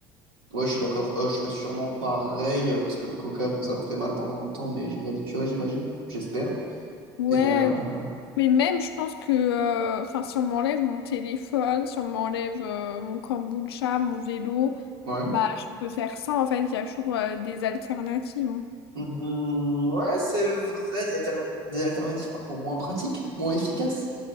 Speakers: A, on the right (about 80°); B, on the left (about 85°).
A: Ouais, je suis d'accord. Euh, je ferais sûrement pareil, euh, parce que le coca, bon, ça me ferait mal pendant un temps, mais je m'y habituerai, j'imagine. J'espère.
B: Ouais,
A: Et euh,
B: mais même je pense que euh, enfin si on m'enlève mon téléphone, si on m'enlève euh, mon kombucha, mon vélo,
A: ouais.
B: bah je peux faire ça en fait, il y a toujours euh, des alternatives. hein.
A: Mhm, ouais, c'est vrai, des, alterna- des alternatives par contre moins pratiques, moins efficaces,